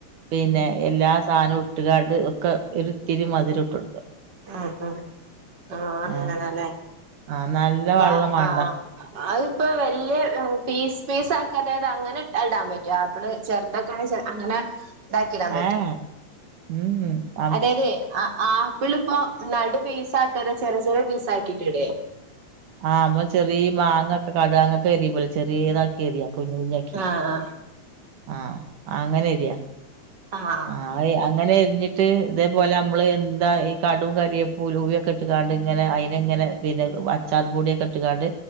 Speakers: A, on the right; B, on the right.
A: പിന്നെ
B: ഉം
A: എല്ലാ സാധനവും ഇട്ട് ഇട്ടുകാണ്ട് ഒക്കെ ഒരിത്തിരി മധുരം ഇട്ട് കൊടുക്ക
B: ആഹ് ആഹ് ആഹ്
A: ഏ
B: അങ്ങനെല്ലേ
A: ആ നല്ല
B: ഇപ്പ
A: വെള്ളം വേണ്ട
B: ആഹ് അതിപ്പോ വലിയ പീസ് പീസ് ആക്കാതെ അതായത് അങ്ങനെ ഇടാൻ പറ്റൊ നമ്മള് ചെറുതൊക്കാണെ അങ്ങനെ ഇതാക്കിടാൻ
A: ഏഹ് ഏഹ് ഉം ഉം
B: അതായതെ ആപ്പിളിപ്പോ നടു പീസ് ആക്കാതെ ചെറിയ ചെറിയ പീസ് ആക്കിട്ടിടേ
A: ആഹ് നമ്മള് ചെറിയ മാങ്ങ ഒക്കെ കടു ആങ്ങക്ക് അരിയുമ്പോലെ ചെറിയ ഇതാക്കി അരിയാ കുഞ്ഞാക്കി
B: ആഹ്
A: ആഹ് അങ്ങനെ അരിയാ
B: ആഹ്
A: ആ അങ്ങനെരിഞ്ഞ ഞ്ഞിട്ട് ഇതേപോലെ നമ്മള് എന്താ ഈ കടും കരേപ്പും ഉലുവേം ഒക്കെ ഇട്ട്ങ്ങാണ്ട് ഇങ്ങനെ അയ്നെ ഇങ്ങനെ പിന്നെ ച്ചാർ പൊടിയൊക്കെ ഇട്ടുകാണ്ട്